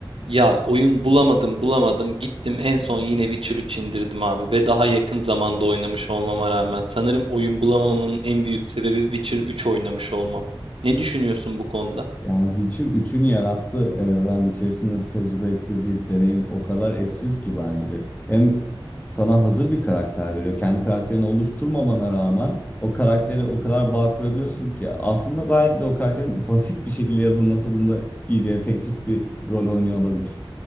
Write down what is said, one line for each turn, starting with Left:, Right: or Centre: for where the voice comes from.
Right: Ya oyun bulamadım bulamadım gittim en son yine Witcher 3 indirdim abi ve daha yakın zamanda oynamış olmama rağmen sanırım oyun bulamamamın en büyük sebebi Witcher 3 oynamış olmam. Ne düşünüyorsun bu konuda?
Left: Yani Witcher üçün yarattığı evren içerisinde tecrübe ettirdiği deneyim o kadar eşsiz ki bence. Hem sana hazır bir karakter veriyor. Kendi karakterini oluşturmamana rağmen o karaktere o kadar bağ kurabiliyorsun ki. Aslında belki de o karakterin basit bir şekilde yazılması bunda iyice efektif bir rol oynuyor olabilir.